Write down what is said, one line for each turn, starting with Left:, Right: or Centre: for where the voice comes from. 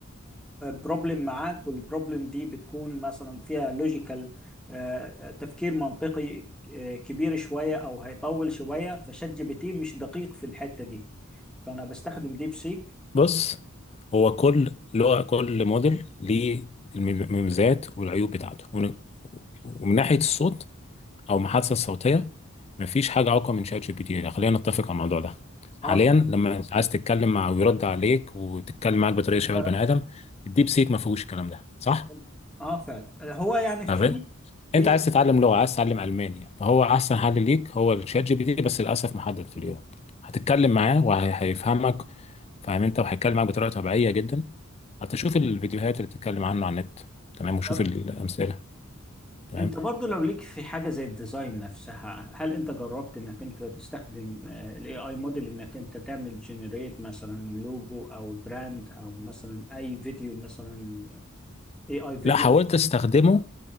Centre: بروبلم معاك والبروبلم دي بتكون مثلا فيها لوجيكال تفكير منطقي آه، كبير شوية أو هيطول شوية فشات جي بي تي مش دقيق في الحتة دي فانا بستخدم ديب سيك
Left: بص هو كل لغة كل موديل ليه المميزات والعيوب بتاعته ومن ومن ناحية الصوت أو المحادثة الصوتية مفيش حاجة أقوى من شات جي بي تي خلينا نتفق على الموضوع ده حاليا
Centre: اه فعلا
Left: لما عايز تتكلم مع ويرد عليك وتتكلم معاك بطريقة
Centre: انت
Left: شبه البني آدم الديب سيك ما فيهوش الكلام ده صح؟
Centre: اه آه فعلا هو يعني في
Left: تمام
Centre: في
Left: انت عايز
Centre: حاجة-
Left: تتعلم لغه عايز تتعلم الماني فهو احسن حل ليك هو الشات جي بي تي بس للاسف محدد في اليوم هتتكلم معاه وهيفهمك فاهم انت وهيتكلم معاك بطريقه طبيعيه جدا حتى شوف الفيديوهات اللي بتتكلم عنه على النت تمام وشوف
Centre: طب
Left: الامثله تمام
Centre: انت برضو لو ليك في حاجه زي الديزاين نفسها هل انت جربت انك انت تستخدم الاي اي موديل انك انت تعمل جنريت مثلا لوجو او براند او مثلا اي فيديو مثلا اي اي فيديو
Left: لا حاولت استخدمه